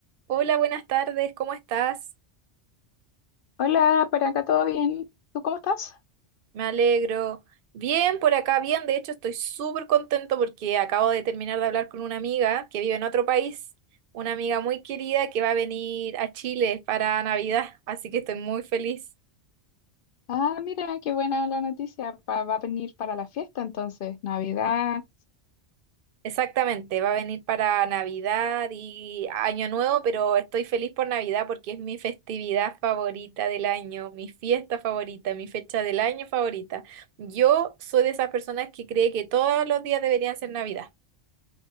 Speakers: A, on the right (about 60°); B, on the left (about 60°).
A: Hola, buenas tardes, ¿cómo estás?
B: Hola, por acá todo bien. ¿Tú cómo estás?
A: Me alegro. Bien, por acá, bien. De hecho, estoy súper contento porque acabo de terminar de hablar con una amiga que vive en otro país, una amiga muy querida que va a venir a Chile para Navidad, así que estoy muy feliz.
B: Ah, mira, qué buena la noticia. pa- va a venir para la fiesta entonces. Navidad,
A: Exactamente, va a venir para Navidad y Año Nuevo, pero estoy feliz por Navidad porque es mi festividad favorita del año, mi fiesta favorita, mi fecha del año favorita. Yo soy de esas personas que cree que todos los días deberían ser Navidad.